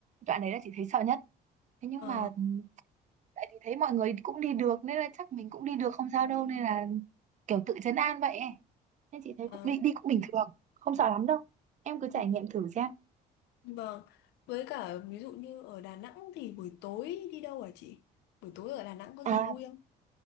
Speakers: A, on the right; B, on the left.
A: Đoạn đấy là chị thấy sợ nhất. Thế nhưng
B: ờ
A: mà ừm, tại vì thấy mọi người cũng đi được nên là chắc mình cũng đi được không sao đâu nên là kiểu tự trấn an vậy ấy. Nên chị thấy
B: ờ.
A: cũng đi đi cũng bình thường, không sợ lắm đâu. Em cứ
B: Ừ.
A: trải nghiệm thử xem.
B: Vâng, với cả ví dụ như ở Đà Nẵng thì buổi tối đi đâu hả chị? Buổi tối ở Đà Nẵng có gì
A: À,
B: vui không?